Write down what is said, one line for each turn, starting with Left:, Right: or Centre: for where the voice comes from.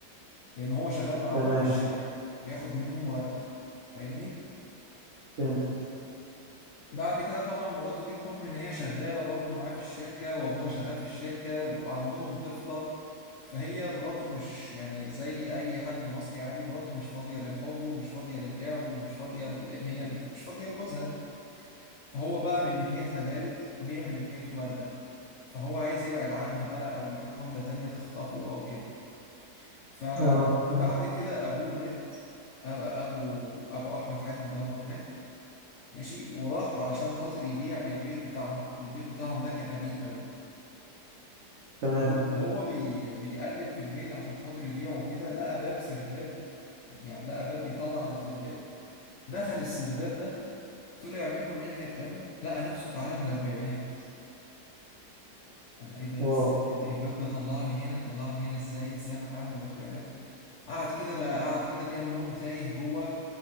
Left: لان هو شغال مع
Right: تمام
Left: ابوها في الشركه بياخد منه مرتب فاهمني
Right: فهمت
Left: بعد كده طبعا مراته دي بحكم ان هي شغاله برضو معاه في الشركه وابوها شغال في الشركه وعندهم طفله فهي مراته مش يعني زي اي حد مصري عادي مراته مش فاضيه للحب ومش فاضيه للعب ومش فاضيه ل- ان هي مش فاضيه لجوزها فهو بقى من ناحيتها بارد وهي من ناحيته بارده فهو عايز يبعد عنها بقى او يشوف واحده تانية تخطفه او كده فبعد
Right: اه تمام
Left: كده ابوه مات أب- ابو ابو احمد حاتم ده هو مات ماشي وراح علشان خاطر يبيع البيت بتاعهم البيت بتاعهم ده كان قديم قوي
Right: تمام
Left: وهو وهو بي بيقلب في البيت عشان خاطر يبيعه كده لقى باب سرداب يعني لقى باب بيطلع على سرداب دخل السرداب ده طلع منه الناحية التانية لقى نفسه في عالم الأربعينات أنا إيه ده
Right: واو
Left: إزاي الباب ده طلعني هنا طلعني هنا إزاي إزاي أنا في عالم الأربعينات قعد كده بقى قعد كده كام يوم تايه جوه